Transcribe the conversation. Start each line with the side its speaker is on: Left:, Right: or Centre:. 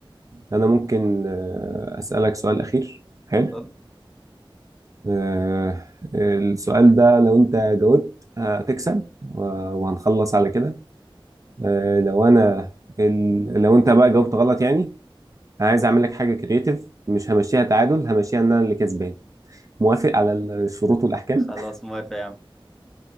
Right: انا ممكن آه، اسالك سؤال اخير حلو
Centre: اتفضل
Right: آه، السؤال ده لو انت جاوبت هتكسب و- وهنخلص على كده آه، لو انا ال... لو انت بقى جاوبت غلط يعني عايز اعمل لك حاجه كرييتيف مش همشيها تعادل همشيها ان انا اللي كسبان موافق على الشروط والاحكام
Centre: خلاص موافق يا عم